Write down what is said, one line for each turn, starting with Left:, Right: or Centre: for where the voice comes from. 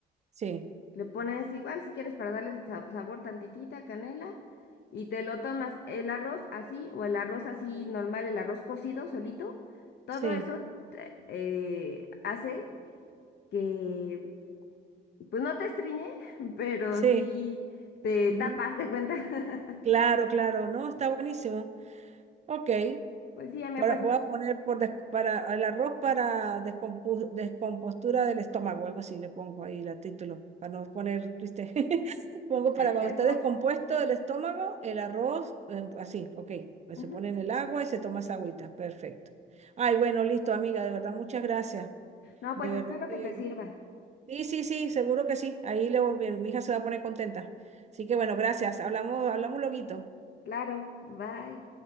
Right: Sí,
Left: Le pones igual, si quieres, para darle sa- sabor tantitita, canela, y te lo tomas el arroz así, o el arroz así normal, el arroz cocido solito. Todo
Right: sí,
Left: eso te- eh, hace que, pues no te estriñe, <laughs> pero
Right: sí.
Left: sí te
Right: ujú.
Left: tapas de cuenta.
Right: Claro,
Left: <laughs>
Right: claro. No, está buenísimo. Ok,
Left: Pues sí, amiga,
Right: Para-
Left: pues <laughs>
Right: voy a poner por des- para el arroz para descompu- descompostura del estómago, algo así le pongo ahí el título, para no poner triste. <laughs> Pongo para cuando
Left: exacto.
Right: está descompuesto el estómago, el arroz, eh, así, ok. Pues
Left: Ujú.
Right: se pone en el agua y se toma esa agüita, perfecto. Ay, bueno, listo, amiga, de verdad, muchas gracias.
Left: No,
Right: De
Left: pues
Right: verdad
Left: espero
Right: que...
Left: que te sirva.
Right: Sí, sí, sí, seguro que sí. Ahí luego mi mi hija se va a poner contenta. Así que bueno, gracias. Hablamos, hablamos loguito.
Left: Claro, bye.